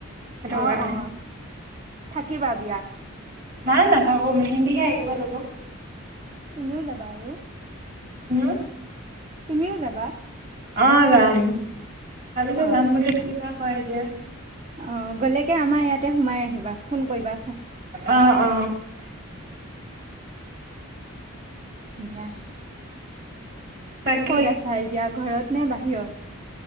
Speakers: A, on the right (about 45°); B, on the right (about 30°).
A: সেইটো
B: অ
A: কাৰণে
B: অ থাকিবা বিয়াত।
A: নাই নাই নাথাকো মেহেন্দীহে আকিব যাব।
B: তুমিও যাবা আৰু।
A: উম।
B: তুমিও যাবা।
A: অ যাম ভাবিছো
B: অ
A: যাম বুলি কি বা কয় এতিয়া।
B: অ গ'লেকে আমাৰ ইয়াতে সোমাই আহিবা ফোন কৰিবা।
A: অ অ।
B: দিয়া।
A: বাকী
B: ক'ত আছা এতিয়া ঘৰত নে বাহিৰত?